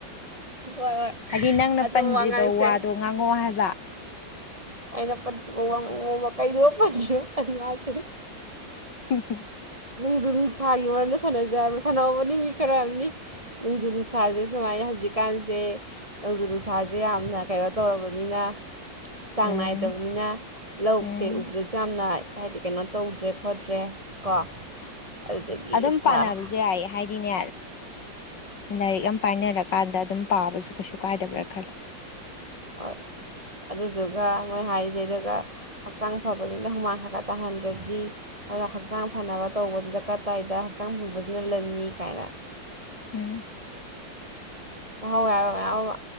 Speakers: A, on the right; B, on the left.
A: ꯍꯣꯏ ꯍꯣꯏ
B: ꯍꯥꯏꯗꯤ ꯅꯪꯅ
A: ꯑꯗꯣ
B: ꯄꯟꯗ꯭ꯔꯤꯕ
A: ꯋꯥꯉꯥꯡꯁꯦ
B: ꯋꯥꯗꯣ ꯉꯥꯡꯉꯛꯑꯣ ꯍꯥꯏꯕ
A: ꯑꯩꯅ ꯄꯟꯈꯤꯕꯥ ꯋꯥ ꯉꯥꯡꯉꯛꯑꯣꯕꯨ ꯀꯩ ꯄꯟꯈꯤꯕ ꯄꯜꯂꯥ ꯍꯥꯏꯁꯦ
B: <inaudible>
A: ꯅꯣꯡꯖꯨ ꯅꯨꯡꯁꯥꯒꯤ ꯃꯔꯝꯗ ꯁꯥꯟꯅꯖꯦ ꯍꯥꯏꯕ ꯁꯥꯟꯅꯍꯧꯕꯅꯤ ꯃꯤ ꯈꯔ ꯅꯣꯡꯖꯨ ꯅꯨꯡꯁꯥꯁꯦ ꯁꯨꯃꯥꯏꯅ ꯍꯧꯖꯤꯛꯀꯥꯟꯁꯦ ꯅꯣꯡꯖꯨ ꯅꯨꯡꯁꯥꯁꯦ ꯌꯥꯝꯅ ꯀꯩꯅꯣ ꯇꯧꯔꯕꯅꯤꯅ ꯆꯥꯡ
B: ꯎꯝ
A: ꯅꯥꯏꯗ꯭ꯔꯕꯅꯤꯅ ꯂꯧ
B: ꯎꯝ
A: ꯀꯩ ꯎꯕꯗꯁꯨ ꯌꯥꯝꯅ ꯍꯥꯏꯗꯤ ꯀꯩꯅꯣ ꯇꯧꯗ꯭ꯔꯦ ꯈꯣꯠꯇ꯭ꯔꯦ ꯀꯣ ꯑꯗꯨꯗꯒꯤ
B: ꯑꯗꯨꯝ
A: ꯁꯥ
B: ꯄꯥꯟꯅꯕꯁꯨꯦ ꯌꯥꯏ ꯍꯥꯏꯗꯤꯅꯦ ꯂꯥꯏꯔꯤꯛ ꯑꯃ ꯄꯥꯏꯅꯔꯀꯥꯟꯗ ꯑꯗꯨꯝ ꯄꯥꯕꯁꯨ ꯀꯩꯁꯨ ꯀꯥꯏꯗꯕ꯭ꯔꯥ ꯈꯜꯂꯤ
A: ꯍꯣꯏ ꯑꯗꯨꯗꯨꯒ ꯃꯣꯏ ꯍꯥꯏꯔꯤꯁꯦ ꯑꯗꯨꯒ ꯍꯛꯆꯥꯡ ꯐꯕꯁꯤꯅ ꯍꯨꯃꯥꯡ ꯈꯔ ꯈꯔ ꯇꯥꯍꯟꯗ꯭ꯔꯗꯤ ꯍꯛꯆꯥꯡ ꯐꯅꯕ ꯇꯧꯕ ꯗꯔꯀꯥꯔ ꯇꯥꯏꯗ ꯍꯛꯆꯥꯡ ꯐꯕꯁꯤꯅ ꯂꯟꯅꯤ ꯀꯥꯏꯅ
B: ꯎꯝ
A: ꯇꯥꯍꯧꯋꯦ ꯍꯥꯏꯕ ꯃꯌꯥꯝ ꯑꯃ